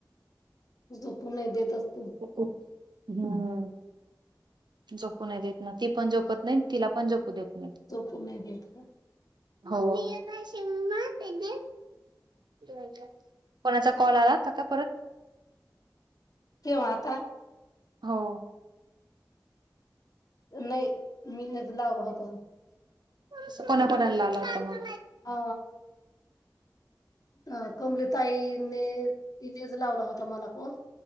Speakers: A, on the left (about 55°); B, on the right (about 80°).
A: झोपु नाही देतं अ
B: हम्म. <inaudible> झोपू नाही देत ना ती पण झोपत नाही तिला पण झोपू देत नाही.
A: झोपू नाही देत का?
B: हो. <unintelligible> कोणाचा कॉल आला होता का परत
A: केव्हा आता
B: हो.
A: नाही मिणच लावला होता.
B: असं कोणा कोणाला लावला होता मग
A: अ अ कम लीप ताईने तिथेच लावला होता. तुम्हाला कोण?